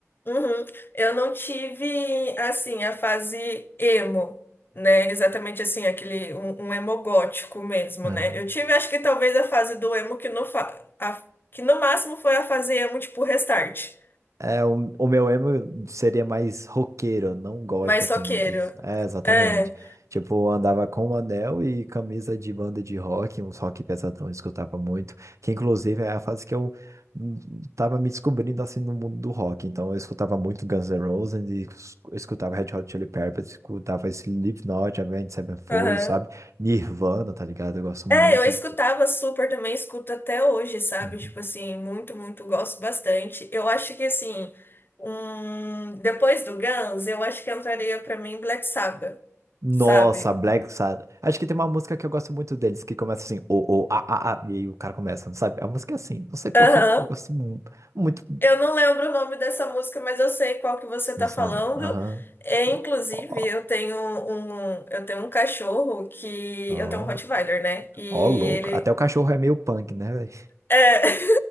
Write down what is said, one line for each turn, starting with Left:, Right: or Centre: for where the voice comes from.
Left: Uhum. Eu não tive, assim, a fase emo, né? Exatamente assim, aquele, um, um emo gótico mesmo,
Right: É,
Left: né? Eu tive, acho que talvez a fase do emo que no, fa a- que no máximo foi a fase emo, tipo, restart.
Right: É, o, o meu emo seria mais roqueiro, não gótico,
Left: Mas
Right: assim.
Left: soqueiro.
Right: disso. É, exatamente.
Left: É,
Right: Tipo, andava com um anel e camisa de banda de rock, uns rock pesadão, eu escutava muito. Que, inclusive, é a fase que eu hum, tava me descobrindo, assim, no mundo do rock. Então, eu escutava muito Guns N' Roses, e es- eu escutava Red Hot Chili Peppers, escutava Slipknot, Avenged Sevenfold,
Left: aham.
Right: sabe? Nirvana, tá ligado? Eu gosto muito.
Left: É, eu escutava super também, escuto até hoje, sabe?
Right: Uhum.
Left: Tipo assim, muito, muito, gosto bastante. Eu acho que, assim, um... depois do Guns, eu acho que entraria pra mim Black Sabbath,
Right: Nossa,
Left: sabe?
Right: Black Sabbath. Acho que tem uma música que eu gosto muito deles, que começa assim, o, o, a, a, a, e aí o cara começa, não sabe? A música é assim, não sei por
Left: Aham.
Right: que eu gosto mu- muito,
Left: Eu não lembro o nome dessa música, mas eu sei qual que você
Right: não
Left: tá
Right: sabe?
Left: falando.
Right: Aham.
Left: É, inclusive,
Right: Ó, ó,
Left: eu tenho um, eu tenho um cachorro que
Right: ó,
Left: eu tenho um Rottweiler, né? E
Right: ó, louco.
Left: ele
Right: Até o cachorro é meio punk, né, velho?
Left: é,